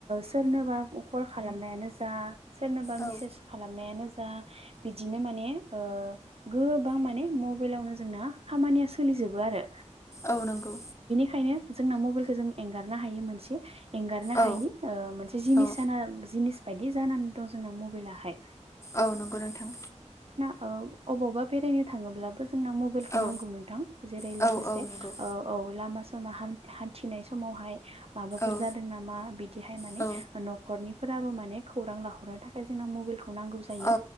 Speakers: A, on the right; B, on the left.
A: सोरनोबा कल खालामनायानो जा, सोरनोबा
B: औ
A: मिसेज खालामनायानो जा बिदिनो माने ओ गोबां माने मबेइलावनो जोंना खामानिया सोलि जोबो आरो।
B: औ नोंगौ।
A: खायनो जोंना मबेइलखौ जों एगारनो हायै मोनसे एंगारनो
B: औ
A: हायै ओ मोनसे जिनिस
B: औ
A: जाना जिनिज बायदि जानानै दं जोंना मबेइलाहाय।
B: औ नंगौ नोंथां।
A: औ अबावबा बेरायनो थाङोब्लाबो जोंना मबेइलखौ
B: औ
A: नांगौ नोंथां जेरै
B: औ
A: लोगोसे
B: औ नंगौ
A: ओ औ लामा सामा हान्थ- हान्थिनाय समावहाय माबाफोर
B: औ
A: जादों नामा बिदिहाय माने
B: औ
A: न'खरनि फोराबो माने खौरां लाहरनो थाखाय जों मबाइलखौ नांगौ जायो
B: औ